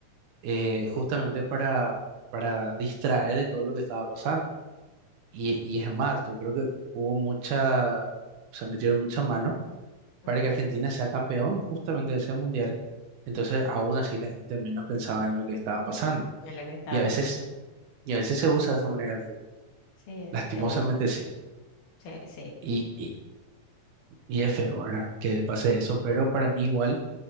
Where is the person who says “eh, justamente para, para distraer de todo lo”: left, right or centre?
Right